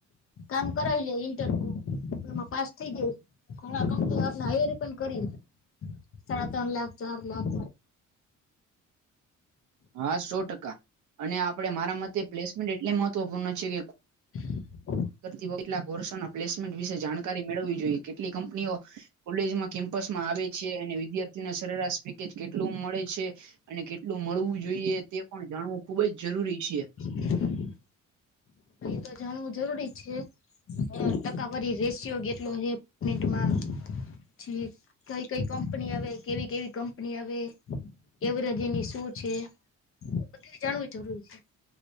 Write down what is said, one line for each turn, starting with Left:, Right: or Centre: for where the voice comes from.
Left: કામ કરાવી લે ઇન્ટરવ્યુ એમાં પાસ થઈ ગયું ઘણા કંપની આપને હાયર પણ કરી લે. સાડા ત્રણ, લાખ ચાર લાખ
Right: હા સો ટકા અને આપડે મારા મતે પ્લેસમેન્ટ એટલે મહત્વપૂર્ણ છે કે
Left: <unintelligible>
Right: કર કેટલાક વર્ષોના પ્લેસમેન્ટ વિશે જાણકારી મેળવવી જોઈએ કેટલી કંપનીઓ કોલેજમાં કેમ્પસ માં આવે છે અને વિદ્યાર્થીઓને સરેરાશ પેકેજ કેટલું મળે છે? અને કેટલું મળવું જોઈએ, તે પણ જાણવું ખુબ જ જરૂરી છે.
Left: <unintelligible> તો જાણવું જરૂરી છે. તકા ફરી રેશિયો કેટલો પેમેન્ટમા જી કંઈ કંઈ કંપની આવે, કેવી કેવી કંપની આવે? એવરેજની શું છે, એ બધું જાણવું જરૂરી છે.